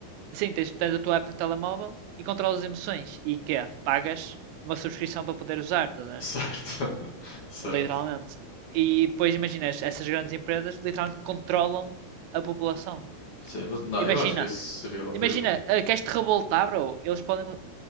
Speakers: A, on the right; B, on the left.
A: sim, tens, tens a tua app no telemóvel e controlas as emoções. E que é? Pagas uma subscrição para poder usar, tá a ver?
B: <laughs> Certo, <laughs> certo.
A: literalmente. E depois imaginas, essas grandes empresas literalmente controlam a população.
B: Sim, mas não,
A: Imagina,
B: eu acho que isso seria horrível.
A: imagina, ah, queres te revoltar, bro? Eles podem.